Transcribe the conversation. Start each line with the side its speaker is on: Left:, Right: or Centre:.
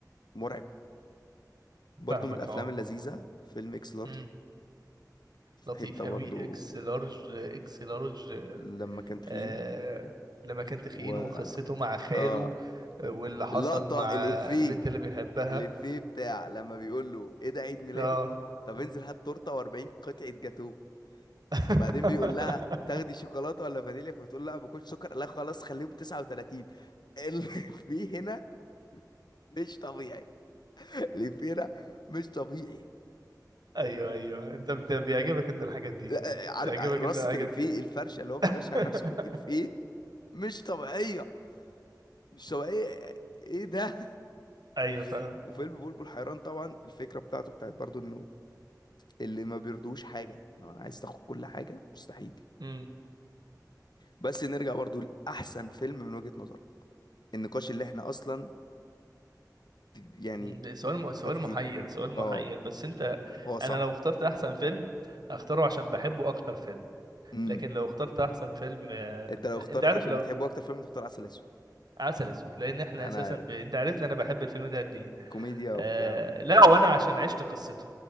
Left: مرعب برضو
Right: فاهمك
Left: من الافلام
Right: اه
Left: اللذيذه فيلم اكس لارج
Right: م.
Left: في
Right: لطيف
Left: حته برضو
Right: قوي اكس لارج اكس لارج
Left: لما كان تخين
Right: آه لما كان تخين
Left: و
Right: وقصته مع خاله
Left: اه
Right: آه، واللي حصل
Left: اللقطه
Right: مع
Left: الافيه
Right: البنت اللي بيحبها
Left: الافيه بتاع لما بيقول له ايه ده عيد ميلادك
Right: اه
Left: طب انزل هات تورته و40 قطعه جاتوه
Right: <laughs>
Left: وبعدين بيقول لها تاخدي شوكولاته ولا فانيليا فبتقول لا باكلش سكر لا خلاص خليهم 39 اللي فيه <laughs> هنا مش طبيعي اللي فيه هنا مش طبيعي
Right: ايوه ايوه انت بت- بيعجبك انت الحاجات دي
Left: لا، آه، آه، عارف
Right: بيعجبك
Left: آه، رصة
Right: انت الحاجات
Left: الإفيه
Right: دي
Left: الفرشة
Right: <laughs>
Left: اللي هو فرشها على نفسه بالإفيه مش طبيعية مش طبيعية ايه ده
Right: ايوه فاهم
Left: <laughs> وفيلم بلبل حيران طبعا الفكرة بتاعته بتاعت برضو انه اللي ما بيرضوش حاجة لو انا عايز تاخد كل حاجة مستحيل
Right: امم
Left: بس نرجع برضو لأحسن فيلم من وجهة نظرك النقاش اللي احنا اصلا يعني
Right: ده سؤال م... سؤال
Left: فاتحينه
Right: محير سؤال محير
Left: اه
Right: بس انت
Left: هو صعب
Right: انا لو اخترت احسن فيلم هختاره عشان بحبه اكتر فيلم
Left: امم
Right: لكن لو اخترت احسن فيلم آه،
Left: انت لو
Right: انت
Left: اخترت
Right: عارف
Left: عشان
Right: لو
Left: بتحبه اكتر فيلم تختار عسل اسود
Right: عسل اسود لان احنا
Left: انا
Right: اساسا
Left: عارف
Right: ب... انت عارفني انا بحب الفيلم ده قد ايه
Left: كوميديا وبتاع
Right: آه... لا وانا عشان عشت قصته